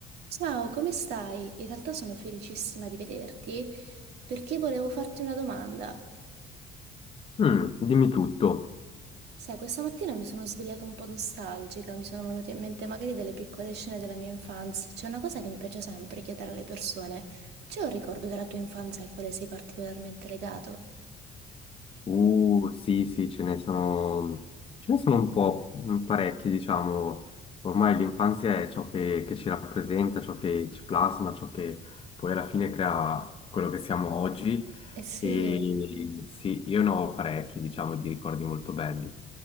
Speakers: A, on the right; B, on the left.
A: Ciao, come stai? In realtà sono felicissima di vederti perché volevo farti una domanda.
B: Mm, dimmi tutto.
A: Sai, questa mattina mi sono svegliata un po' nostalgica, mi sono venute in mente magari delle piccole scene della mia infanzia. C'è una cosa che mi piace sempre chiedere alle persone. C'è un ricordo della tua infanzia al quale sei particolarmente legato?
B: Uh, sì, sì, ce ne sono, ce ne sono un po' mm, parecchi, diciamo. Ormai l'infanzia è ciò che, che ci rappresenta, ciò che ci plasma, ciò che poi alla fine crea quello che siamo oggi.
A: Eh sì,
B: E sì, io ne ho parecchi, diciamo, di ricordi molto belli.